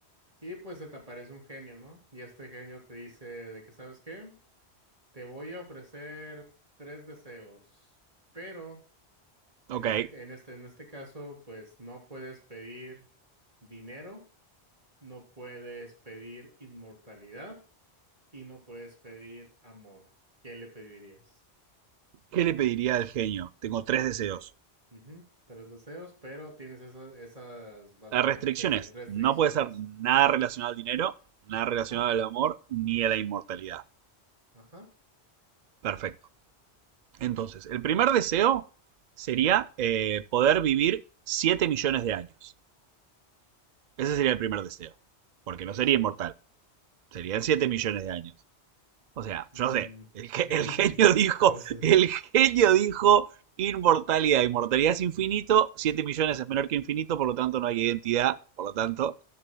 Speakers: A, on the right; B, on the right.
A: Y pues se te aparece un genio, ¿no? Y este genio te dice de que, ¿sabes qué? Te voy a ofrecer tres deseos, pero en
B: Ok,
A: este, en este, en este caso, pues no puedes pedir dinero no puedes pedir inmortalidad y no puedes pedir amor. ¿Qué le pedirías?
B: ¿qué le pediría al genio? Tengo tres deseos.
A: Ujú, Tres deseos, pero tienes esas, esas básicamente
B: Las restricciones.
A: restricciones.
B: No puede ser nada relacionado al dinero, nada relacionado
A: Ajá,
B: al amor, ni a la inmortalidad.
A: ajá.
B: Perfecto. Entonces, el primer deseo sería eh, poder vivir 7 millones de años. Ese
A: Okay,
B: sería el primer deseo. Porque
A: okay,
B: no sería
A: so,
B: inmortal. Serían
A: okay.
B: 7 millones de años. O sea,
A: mm,
B: yo sé, el,
A: <laughs>
B: el genio dijo,
A: o sea,
B: el genio dijo inmortalidad. Inmortalidad es infinito, Siete millones es menor que infinito, por lo tanto no hay identidad, por lo tanto,